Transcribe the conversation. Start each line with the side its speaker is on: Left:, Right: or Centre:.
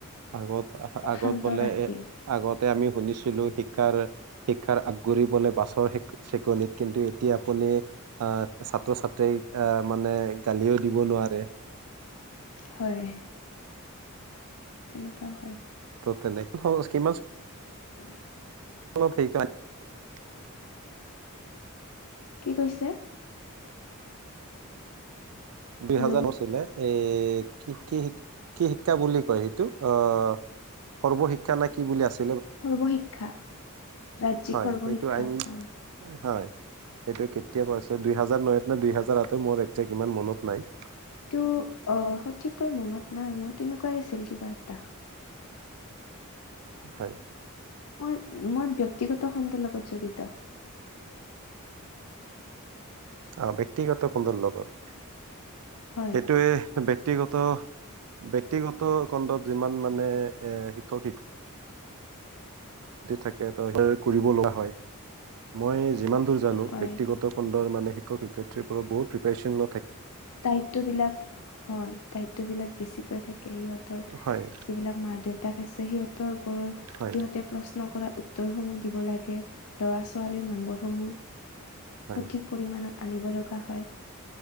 Right: আগত আহ আগত
Left: শান্ত
Right: বোলে
Left: ৰাখি
Right: এ' আগত তে আমি শুনিছিলো শিক্ষাৰ -শিক্ষাৰ আগুৰিবলে বাছৰ চেকনিত কিন্তু এতিয়া আপুনি আহ ছাত্ৰ -ছাত্ৰীক আহ মানে গালিও দিব নোৱাৰে।
Left: হয়। তেনেকুৱা হয়।
Right: <unintelligible>
Left: <inaudible>
Right: <unintelligible>
Left: কি কৈছে?
Right: দুই
Left: হেল্ল'
Right: হাজাৰ নাছিলে? এ' কি- কি -কি শিক্ষা বুলি কয় সেইটো অ' সৰ্বশিক্ষা নে কি বুলি আছে।
Left: সৰ্বশিক্ষা ৰাজ্যিক
Right: হয়
Left: সৰ্বশিক্ষা
Right: সেইটো আইন
Left: হয়।
Right: হয় সেইটো কেতিয়া পৰা হৈছে দুই হাজাৰ নয়ত নে দুই হাজাৰ আঠৰ মোৰ একজেক্ট ইমান মনত নাই।
Left: টো অহ সঠিককৈ মনত নাই মোৰ তেনেকুৱাই আছিল কিবা এটা।
Right: হয়।
Left: মই-মই ব্যক্তিগত খণ্ডৰ লগত জড়িত।
Right: অহ ব্যক্তিগত খণ্ডৰ লগত?
Left: হয়
Right: সেইটোয়ে ব্যক্তিগত-ব্যক্তিগত খণ্ডত যিমান মানে এ শিক্ষক শিক্ষ থাকে ত সেই কৰিব লগা হয়। মই যিমান দূৰ জানো
Left: হয়।
Right: ব্যক্তিগত খণ্ডৰ মানে শিক্ষক-শিক্ষয়িত্ৰী সকলক বহুত প্ৰিপ্ৰেচন
Left: দায়িত্ব বিলাক হয়, দায়িত্ব বিলাক বেছি কৈ থাক সিহঁতৰ
Right: হয়
Left: যিবিলাক মা দেউতাক আছে সিহঁতৰ ওপৰৰ
Right: হয়
Left: সিহঁতে প্ৰ নকৰা উত্তৰ সমূহ দিব লাগে লৰা ছোৱালী নম্বৰ সমূহ।
Right: হয়
Left: সঠিক পৰিমাণত আনিব লগা হয়।